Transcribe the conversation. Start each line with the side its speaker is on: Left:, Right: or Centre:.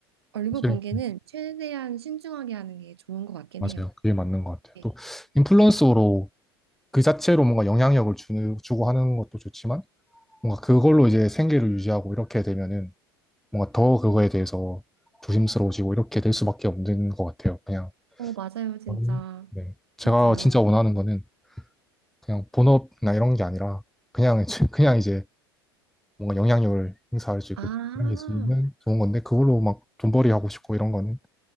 Right: 얼굴
Centre: 사실,
Right: 공개는 최대한 신중하게 하는 게 좋은 것 같긴
Centre: 맞아요.
Right: 해요.
Centre: 그게 맞는 것 같아요.
Right: 네.
Centre: 또, 인플루언서로 그 자체로 뭔가 영향력을 주는, 주고 하는 것도 좋지만, 뭔가 그걸로 이제 생계를 유지하고 이렇게 되면은 뭔가 더 그거에 대해서 조심스러워지고 이렇게 될 수밖에 없는 것 같아요. 그냥
Right: 어, 맞아요, 진짜.
Centre: 음, 네. 제가
Right: 맞아요.
Centre: 진짜 원하는 거는 그냥 본업이나 이런 게 아니라 그냥 이제- <laughs> 그냥 이제 뭔가 영향력을 행사할 수 있고
Right: 아,
Centre: 영향이지면 좋은 건데 그걸로 막 돈벌이 하고 싶고 이런 거는